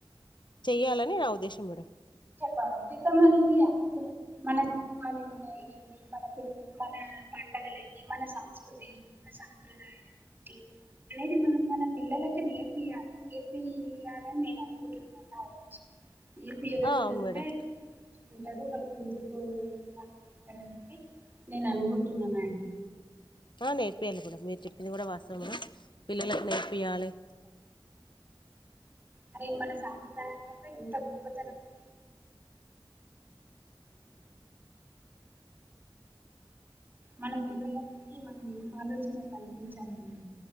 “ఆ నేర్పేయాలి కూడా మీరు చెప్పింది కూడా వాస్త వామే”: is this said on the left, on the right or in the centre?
Left